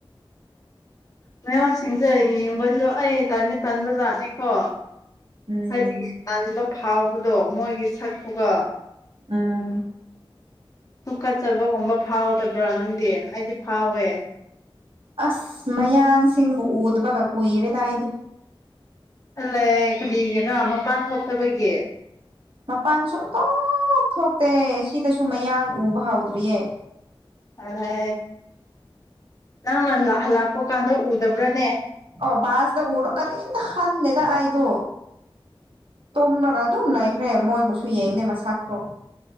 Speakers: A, on the left; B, on the right.
A: ꯃꯌꯥꯝꯁꯤꯡꯖꯦ ꯌꯦꯡꯕꯖꯨ ꯑꯩ ꯇꯟꯅꯤ ꯇꯟꯕꯖꯥꯠꯅꯤꯀꯣ
B: ꯎꯝ
A: ꯍꯥꯏꯗꯤ ꯇꯟꯕ ꯐꯥꯎꯕꯗꯣ ꯃꯣꯏꯒꯤ ꯁꯛ ꯇꯨꯒ
B: ꯎꯝ
A: ꯇꯨꯀꯠꯆꯕꯒꯨꯝꯕ ꯐꯥꯎꯗꯕ꯭ꯔꯥ ꯅꯪꯗꯤ ꯑꯩꯗꯤ ꯐꯥꯎꯋꯦ
B: ꯑꯁ ꯃꯌꯥꯡꯁꯤꯡꯕꯨ ꯎꯗꯕꯒ ꯀꯨꯏꯔꯦꯗ ꯑꯩꯗꯤ
A: ꯑꯜꯂꯦ ꯀꯤꯔꯤꯒꯤꯔꯥ ꯃꯄꯥꯟ ꯊꯣꯛꯇꯕꯒꯤ
B: ꯃꯄꯥꯟ ꯁꯨꯡꯊꯣꯛ ꯊꯣꯛꯇꯦ ꯁꯤꯗꯁꯨ ꯃꯌꯥꯡ ꯎꯕ ꯍꯧꯗ꯭ꯔꯤꯌꯦ
A: ꯑꯜꯂ꯭ꯍꯦ ꯅꯪꯅꯂ ꯍꯜꯂꯛꯄ ꯀꯥꯟꯗ ꯎꯗꯕ꯭ꯔꯥꯅꯦ
B: ꯑꯣ ꯕꯥꯁꯗ ꯎꯔꯣ ꯀꯔꯤꯝꯇ ꯍ꯭ꯈꯟꯗꯦꯗ ꯑꯩꯗꯨ ꯇꯨꯝꯃ꯭ꯔꯒ ꯑꯗꯨꯝ ꯂꯩꯈ꯭ꯔꯦ ꯃꯣꯏꯕꯨꯁꯨ ꯌꯦꯡꯗꯦ ꯃꯁꯥꯛꯇꯣ